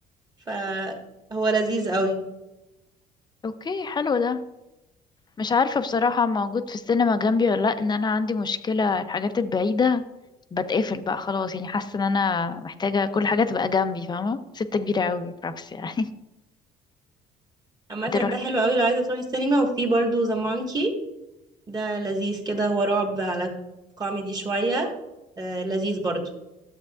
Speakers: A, on the right; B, on the left.
A: فهو لذيذ قوي
B: اوكي حلو ده مش عارفة بصراحة موجود في السينما جنبي ولا لا ان انا عندي مشكلة الحاجات البعيدة بتقفل بقى خلاص يعني حاسة ان انا محتاجة كل حاجة تبقى جنبي فاهمة ستة كبيرة قوي رأس يعني
A: عامة
B: <laughs> انت رحت
A: ده حلو قوي لو عايزة تروحي السينما وفي برضه ذا مونكي ده لذيذ كده هو رعب على كوميدي شوية آه لذيذ برضه